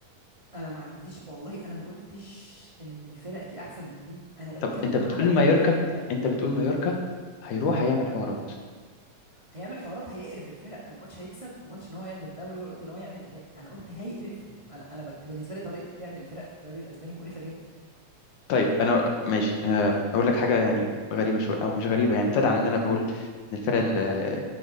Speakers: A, on the right; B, on the left.
A: انا ما عنديش والله انا ما قلتش ان الفرق دي احسن من دي انا بتكلم
B: طب انت بتقول
A: على طريقة
B: مايوركا
A: اللعب
B: انت بتقول مايوركا هيروح هيعمل حوارات
A: هيعمل حوارات هيقرف الفرق انا ما قلتش هيكسب ما قلتش ان هو ياخد الدوري ولا قلت ان هو يعمل اداء انا قلت هيقرفهم انا انا بك... بالنسبه لي طريقه لعب الفرق في الدوري الاسباني مقرفه جدا
B: طيب انا ماشي آه، اقول لك حاجه يعني غريبه شويه او مش غريبه يعني بتدعم ان انا بقول ان الفرق ال- آه،